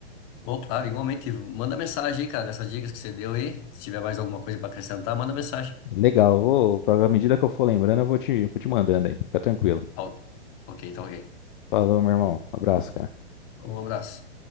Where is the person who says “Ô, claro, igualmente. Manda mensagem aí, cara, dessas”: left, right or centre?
Left